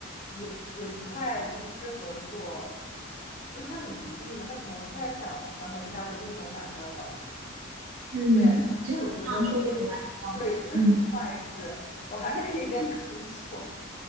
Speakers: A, on the left; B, on the right.
A: 也也不太就是适合做，因为它很独立嘛，它可能不太想想和其他的物种打交道。
B: 嗯，
A: 对，然后所以我觉得也
B: 其实你这样说的也蛮有道理的。
A: 对，也不是什么坏事，
B: 嗯
A: 我还是可以跟狗一起玩。